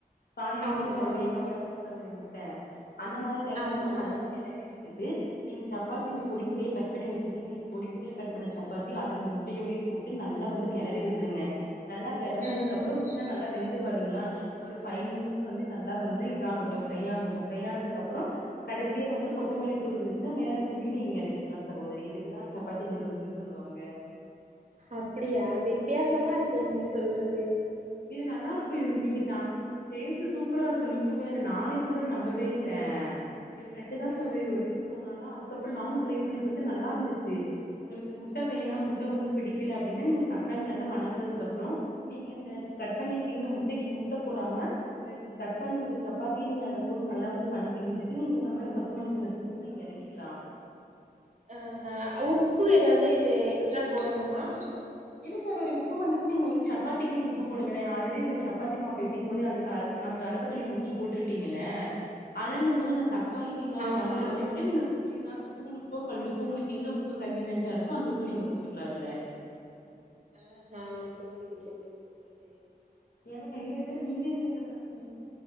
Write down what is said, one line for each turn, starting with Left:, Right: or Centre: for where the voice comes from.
Left: பாதி வெந்து
Right: ஆமா
Left: பாதி வேகாம இருக்கு சகோதரி முட்ட அந்த மாரி டைம்ல
Right: ஆமா
Left: வந்து நல்லா கெளறி விட்டுட்டு நீங்க சப்பாத்தி இந்த
Right: ம்
Left: பொடி பொடியா கட் பண்ணி வெச்சிருக்கீங்க இந் பொடி பொடியா கட் பண்ண சப்பாத்தி அது இந்த முட்டையோடயே போட்டு நல்லா வந்து கெளறி விட்டுருங்க நல்லா கெளனதுக்கு
Right: ம்ஹூம்
Left: அப்புறோ நல்லா வெந்து வருங்களா ஒரு பைவ் மினிட்ஸ் வந்து நல்லா வந்து இத ஆகாட்டு ஃப்ரை ஆகட்டு ஃப்ரை ஆனது அப்புறோ கடைசி வந்து கொத்தமல்லி
Right: ம்
Left: தூள்ர்ந்ச்சு இத மேல தூவின் நீங்க இறக்கிக்கலா சகோதரி இதுக்குதா சப்பாத்தி நூடுல்ஸ்ன்னு சொல்லுவாங்க
Right: அப்டியா வித்தியாசமா இருக்கே நீங்க சொல்டறது
Left: இது நல்லா இருக்கு இது தீங்கிட்டா டேஸ்ட்டு சூப்பரா இருக்கு நீங்க வேற நானே கூட நம்பவே இல்ல என் ஃரெண்டு
Right: ஆஹ
Left: தா சகோதரி ஒரு டிப் சொன்னா அதுக்கப்றோ நானு டிரை பண்ணி பத்தே நல்லா இருந்துச்சு உங்களுக்கு முட்ட
Right: ம்ஹும்
Left: வேணா முட்ட வந்து பிடிக்கல அப்டின்னா நீங்க தக்காளி நல்லா வணங்குனதுக்கு அப்புறோ நீங்க இந்த கட்
Right: ம்
Left: பண்ணி இருக்கீங்கள முட்டைக்கு முட்ட போடாம கட் பண்வெச்ச சப்பாத்தி நீங்க அதுல போட்டு நல்லா வந்து வனக் கி விட்டுட்டு நீங்க சொன்ன மாரி கொத்தமல்லி தூவி நீங்க இறக்கில்லா
Right: ஆ ஹ உப்பு ஏதாது இது எக்ஸ்ட்ரா போடணுமா
Left: இல்ல சகோதரி உப்பு வந்துட்டு நீங்க வந்து சப்பாத்திக்கு நீங்க உப்பு போடவெண ஆல்ரெடி நீங்க சப்பாத்தி மாவ் பேசையு போதே அதுக்கு அது அந்த அளவுக்கு நீங்க உப்பு போட்டுருப்பீங்லே அதல்லா நீங்க முன்னனு தாக் தக்காளி வெங்காயோ
Right: ஆமா
Left: வங்கறதுக்கு மட்டு நீங்க நி தா தூள்ப்போ கல்லுப்போ உங்களுக்கு எந்த உப்பு கன்வீனியன்டா இருக்கோ அந்த உப்ப நீங்க போட்டுக்கலா அதுல
Right: ஆ தா புரியுது புரியுது புரியுதே
Left: ஏன்னா நெறைய பேர் மிதிக்கர சப்பாத்தி வந்து